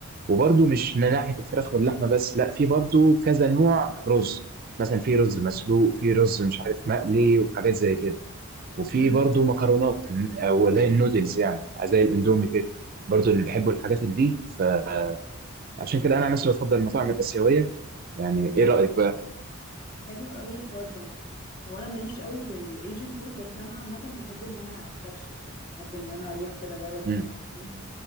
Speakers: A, on the right (about 40°); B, on the left (about 35°).
A: وبرضو مش من ناحيه الفراخ واللحمه بس لا في برضو كذا نوع رز مثلا في رز مسلوق في رز مش عارف مقلي وحاجات زي كده وفي
B: امم
A: برضو مكرونات او اللي هي النودلز يعني آه، زي الاندومي كده برضو اللي بيحبوا الحاجات اللي دي فعشان كده انا عن نفسي بفضل المطاعم الاسيويه يعني ايه رايك بقى
B: حلو قوي الحوار ده هو انا ماليش قوي في الايجن فود بس انا عامه بحب ان انا استكشف يعني احب ان انا اروح كده اجرب
A: مم.
B: الحاجات دي